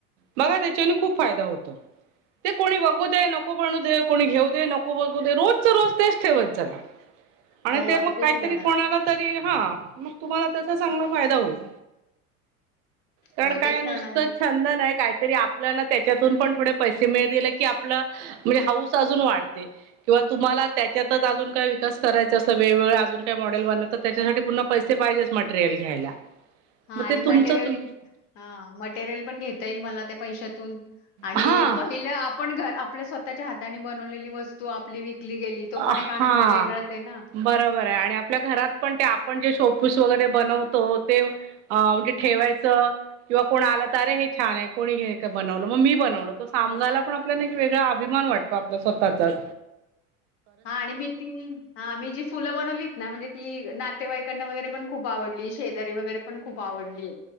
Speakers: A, on the right; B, on the left.
A: बघा त्याच्याने खूप फायदा होतो ते कोणी बघू दे नको बनू दे कोणी घेऊ दे नको बघू दे रोज च रोज तेच ठेवत चला. आणि
B: हो,
A: ते
B: आता
A: मग
B: तेच
A: काहीतरी
B: करणार
A: कोणाला
B: आहे.
A: तरी हा मग तुम्हाला त्याचा चांगला फायदा होईल. पण
B: हो,
A: काय
B: तेच
A: नुसतं
B: करणार आहे मी.
A: छंद नाही काहीतरी आप आपल्या त्याच्यातून पण थोडे पैसे मिळले की आपलं म्हणजे हाऊस अजून वाढते किंवा तुम्हाला त्याच्यातच अजून काय विकास करायचा असला वेगवेगळं अजून काय मॉडेल बनत तर त्याच्यासाठी पुन्हा पैसे पाहिजेच मटेरियल घ्यायला
B: <inaudible> हा
A: मग
B: आणि
A: ते
B: मटेरियल
A: तुमचं तुम
B: हा मटेरियल पण घेता येईल मला त्या पैशातून आणि
A: हा
B: पहिलं आपण घर आपल्या स्वतःच्या हाताने बनवलेली वस्तू आपली विकली गेली तो
A: हा.
B: पण एक आनंद वेगळाच आहे ना
A: बरोबर आहे आणि आपल्या घरात पण ते आपण जे शोपीस वगैरे बनवतो ते अ म्हणजे ठेवायचं किंवा कोण आलं तर अरे हे छान आहे कोणी घे का बनवलं मग मी बनवलंो सामगायला पण आपल्याला एक वेगळा अभिमान वाटत आपल्या स्वतःच्याच
B: हा आणि मी ती हा आम्ही जी फुलं बनवलीत ना म्हणजे ती नातेवाईकांना वगैरे पण खूप आवडली शेजारी वगैरे पण खूप आवडली